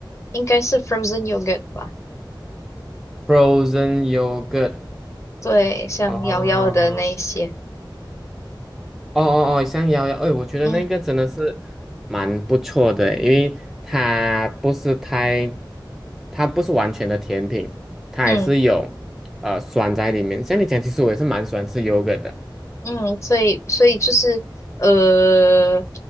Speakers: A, on the left; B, in the centre.
A: 应该是 frozen yogurt 吧？
B: ？Frozen yogurt，
A: 对，像瑶瑶的那一些，
B: 哦哦哦哦，香摇摇，哎，我觉得那个真的是蛮不错的，
A: 嗯
B: 因为它不是太，它不是完全的甜品，它还是有呃酸在里面。
A: 嗯
B: 像你讲，其实我也是蛮喜欢吃 yogurt 的。
A: 嗯，所以所以就是呃，